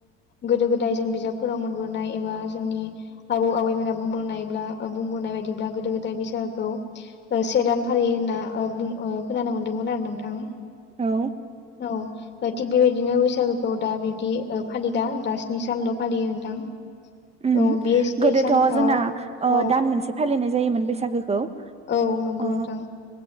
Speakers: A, on the left; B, on the right.
A: गोदो गोदाय जों बिजाबफोराव मोनबोनाय एबा जोंनि आबौ आबैमोना बुंबोनायब्ला बुंबोनाय बायदिब्ला गोदो गोदाय बैसागोखौ से दान फालियो होनना ओ बुं ओ खोनानो मोनदोंमोन आरो नोंथां
B: औ
A: औ थिग बेबायदिनो बैसागोखौ दा बिब्दि फालिदा दा स्नि सानल' फालियो नोंथां
B: उम
A: औ बे स्नि
B: गोदोथ'
A: सानाव
B: जोंना
A: औ
B: दान मोनसे फालिनाय जायोमोन बैसागोखौ
A: औ नंगौ
B: अ
A: नोंथां